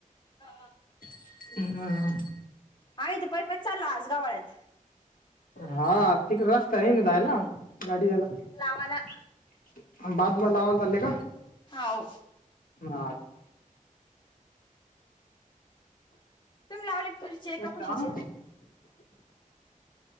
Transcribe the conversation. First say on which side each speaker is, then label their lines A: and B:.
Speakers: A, on the left (about 35°); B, on the left (about 80°).
A: हा हा.
B: हम्म.
A: हा इथं पै पैच चाललो आज गावाळ्यात
B: हा तिकड रस्ता नाय न जायला गाडी याला
A: लावाला
B: बाद लावायला चालले का
A: हाव
B: हा
A: तुम्ही लावले तुरीचे
B: मिनिट
A: का कुशीचे
B: हा